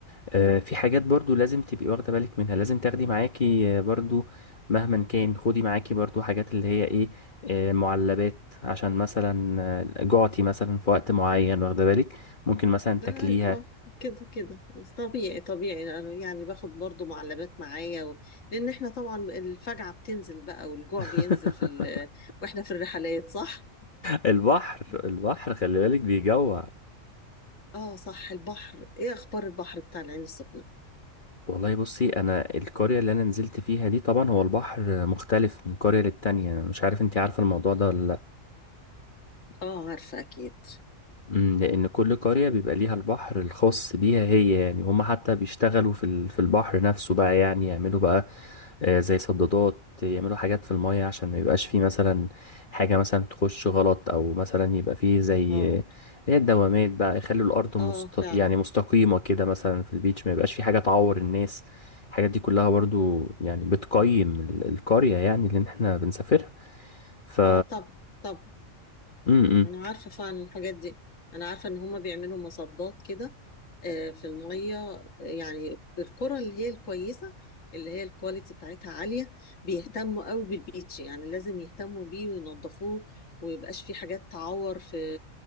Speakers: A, on the left (about 40°); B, on the left (about 75°).
A: آه، في حاجات برضو لازم تبقي واخدة بالك منها لازم تاخدي معاكي آه، برضو مهما كان خدي معاكي برضو حاجات اللي هي ايه آه، معلبات عشان مثلا آه، جعتي مثلا في وقت معين واخدة بالك ممكن مثلا
B: ده
A: تاكليها
B: اه كده كده بس طبيعي طبيعي لأنه يعني باخد برضو معلبات معايا و... لان احنا طبعا الفجعة بتنزل بقى والجوع
A: <laughs>
B: بينزل في ال... واحنا في الرحلات صح
A: البحر
B: مم.
A: البحر خلي بالك بيجوع
B: اه صح البحر ايه اخبار البحر بتاع العين السخنة
A: والله بصي انا القرية اللي انا نزلت فيها دي طبعا هو البحر مختلف من قرية للتانية مش عارف انتي عارفة الموضوع ده ولا لأ.
B: اه عارفة اكيد
A: امم لأن كل قرية بيبقى ليها البحر الخاص بيها هي يعني هم حتى بيشتغلوا في ال- في البحر نفسه بقى يعني يعملوا بقى آه، زي صدادات يعملوا حاجات في المية عشان ما يبقاش فيه مثلا حاجة مثلا تخش غلط أو مثلا يبقى فيه زي
B: اه
A: آه، هي الدوامات بقى يخلوا الأرض مست...
B: اه فعلا
A: يعني مستقيمة كده مثلا في البيتش ما يبقاش فيه حاجة تعور الناس الحاجات دي كلها برضو يعني بتقيم ال- القرية يعني اللي احنا بنسافرها ف
B: اه طب طب
A: امم
B: انا عارفه فعلا الحاجات دي انا عارفه ان هما بيعملوا مصدات كده آه، في الميه آه، يعني القرى اللي هي الكويسه اللي هي الكواليتي بتاعتها عاليه بيهتموا قوي بالبيتش يعني لازم يهتموا بيه وينظفوه ويبقاش في حاجات تعور في